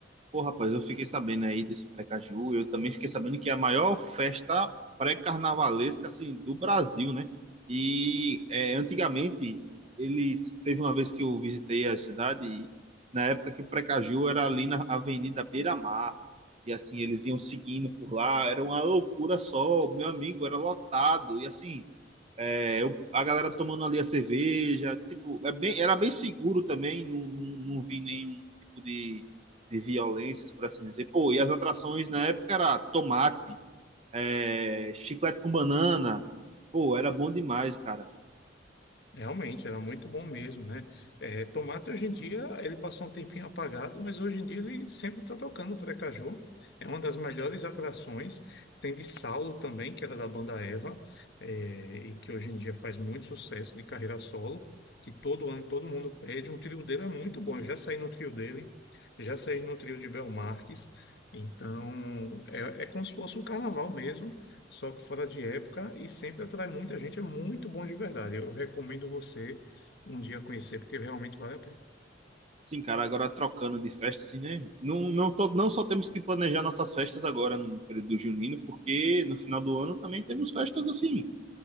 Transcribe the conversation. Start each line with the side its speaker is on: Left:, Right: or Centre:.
Right: Pô, rapaz, eu fiquei sabendo aí desse Precaju. Eu também fiquei sabendo que é a maior festa pré-carnavalesca assim, do Brasil, né? E é, antigamente, eles. Teve uma vez que eu visitei a cidade, e na época que o Precaju era ali na Avenida Beira-Mar. E assim, eles iam seguindo por lá. Era uma loucura só. Meu amigo era lotado. E assim. É, eu- a galera tomando ali a cerveja, tipo, é bem, era bem seguro também, não, não, não vi nenhum tipo de, de violências, por assim dizer. Pô, e as atrações na época era tomate, é, chiclete com banana, pô, era bom demais, cara.
Left: Realmente, era muito bom mesmo, né? É, Tomate, hoje em dia, ele passou um tempinho apagado, mas hoje em dia ele sempre está tocando o Precaju. É uma das melhores atrações. Tem de Saulo também, que era da banda Eva, é, e que hoje em dia faz muito sucesso de carreira solo, que todo ano todo mundo pede. Um trio dele é muito bom. Eu já saí no trio dele, já saí no trio de Bel Marques. Então, é, é como se fosse um carnaval mesmo só que fora de época e sempre atrai muita gente. É muito bom de verdade. Eu recomendo você um dia conhecer, porque realmente vale a pena.
Right: Sim, cara, agora trocando de festa, assim, né? Não, não, to- não só temos que planejar nossas festas agora no período do junino, porque no final do ano também temos festas assim